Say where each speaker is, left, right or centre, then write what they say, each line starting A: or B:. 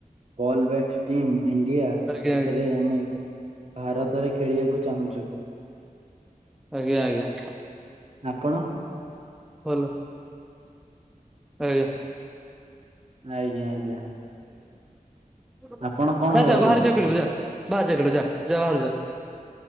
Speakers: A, on the right (about 45°); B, in the centre.
A: ବଲ୍ ବ୍ୟାଟ ଟିମ୍ ଇଣ୍ଡିଆ
B: ଆଜ୍ଞା
A: ସେଥିରେ
B: ଆଜ୍ଞା
A: ଆମେ ଭାରତରେ ଖେଳିବାକୁ ଚାହୁଁଚୁ।
B: ଆଜ୍ଞା ଆଜ୍ଞା।
A: ଆପଣ?
B: ଭଲ। ଆଜ୍ଞା।
A: ଆଜ୍ଞା ଆଜ୍ଞା
B: <unintelligible>
A: ଆପଣ କଣ
B: ଭାଜା
A: ହେବାକୁ
B: ବାହାରେ
A: ଚାହୁଁଛନ୍ତି?
B: ଜା ଖେଳିବୁ ଜା। ବାହାରେ ଯା ଖେଲିବୁ ଯା ଯା ବାହାରୁକୁ ଯା।